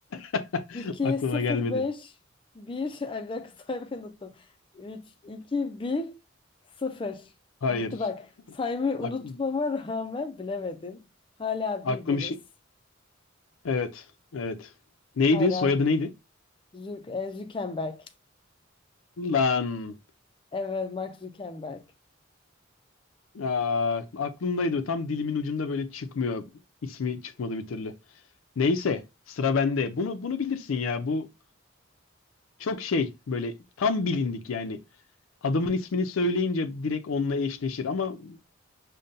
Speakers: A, on the left; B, on the left.
A: <laughs>
B: iki
A: aklıma
B: sıfır
A: gelmedi.
B: beş 1. <laughs> Ay bir dakika saymayı unuttum. üç iki bir sıfır
A: Hayır.
B: Bitti bak. Saymayı unutmama
A: Ak
B: rağmen bilemedin. Hala
A: aklım
B: birbiriz.
A: işi. Evet. Evet. Neydi?
B: Hala
A: Soyadı neydi?
B: Zük e, Zuckerberg.
A: Lan.
B: Evet, Mark Zuckerberg.
A: Aa, aklımdaydı. Tam dilimin ucunda böyle çıkmıyor. İsmi çıkmadı bir türlü. Neyse, sıra bende. Bunu bunu bilirsin ya. Bu çok şey böyle tam bilindik yani. Adamın ismini söyleyince direkt onunla eşleşir ama